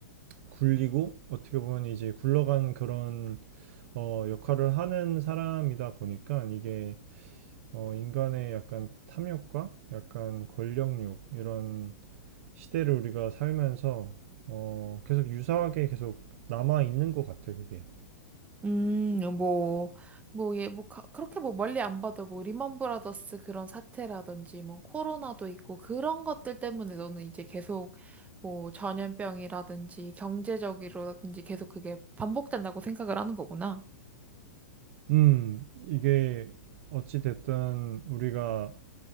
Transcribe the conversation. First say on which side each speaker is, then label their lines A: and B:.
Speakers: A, on the right (about 50°); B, on the right (about 15°).
A: 굴리고, 어떻게 보면 이제 굴러간 그런, 어, 역할을 하는 사람이다 보니까 이게, 어, 인간의 약간 탐욕과 약간 권력욕, 이런 시대를 우리가 살면서 어, 계속 유사하게 계속 남아 있는 것 같아, 그게.
B: 음, 어, 뭐, 뭐, 예, 뭐, 가- 그렇게 뭐 멀리 안 봐도 뭐, 리먼 브라더스 그런 사태라든지 뭐, 코로나도 있고, 그런 것들 때문에 너는 이제 계속 뭐, 전염병이라든지 경제적이라든지 계속 그게 반복된다고 생각을 하는 거구나.
A: 음, 이게 어찌 됐든 우리가